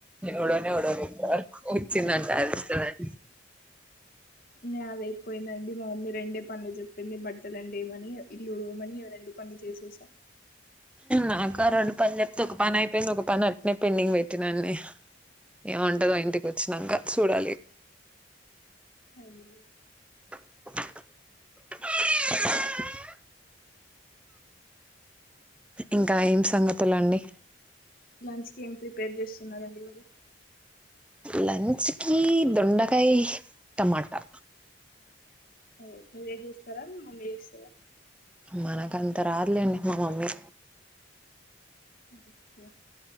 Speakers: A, in the centre; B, on the left.
A: ఊడవనే ఊడవలా ఇంత వరకు వచ్చిందంట తాటదిస్తది
B: నాది అయిపోయిందండి మా మమ్మీ రెండే పనులు చెప్పింది బట్టలను తీమని ఇల్లు ఊడవమని రెండు పనులు చేసేసాం
A: నాక రెండు పని చెప్తే ఒక పని అయిపోయింది ఒక పని అట్నే పెండింగ్ పెట్టినాన్ని ఏమంటదో ఇంటికి వచ్చినంగా చూడాలి
B: హ్మ్
A: <inaudible> ఇంకా ఏం సంగతులండి
B: లంచ్కకి ఏం ప్రిపేర్ చేస్తున్నారండి వాళు
A: లంచ్ కి దొండకాయ టమాటా
B: ఓ మీరే చేస్తారా మమ్మీ చేస్తారా
A: మనకంత రాదులేండి మా మమ్మీ
B: అ ఓకే